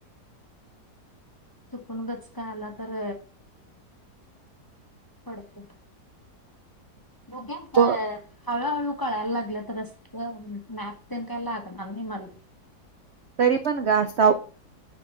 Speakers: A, on the left; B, on the right.
A: चुकून गचका आला तर पडतय. बुघ्या ह
B: ब
A: हळूहळू कळायला लागलेत रस्त, मॅप तेन काय लागणार नाही मला.
B: तरी पण ग आसाव.